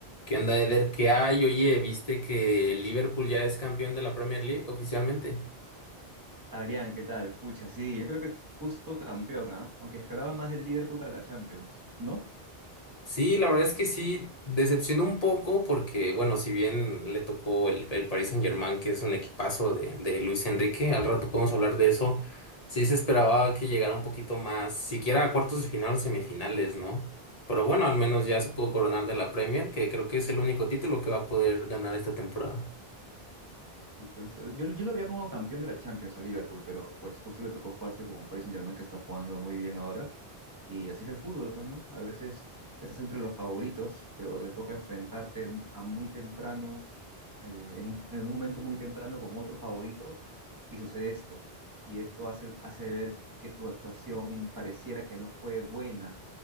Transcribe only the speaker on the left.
¿Qué onda, Eder? ¿Qué hay? Oye, ¿viste que el Liverpool ya es campeón de la Premier League oficialmente?
Sí, la verdad es que sí, decepcionó un poco porque, bueno, si bien le tocó el, el Paris Saint-Germain, que es un equipazo de, de Luis Enrique, al rato podemos hablar de eso, sí se esperaba que llegara un poquito más, siquiera a cuartos de final o semifinales, ¿no? Pero bueno, al menos ya se pudo coronar de la Premier, que creo que es el único título que va a poder ganar esta temporada.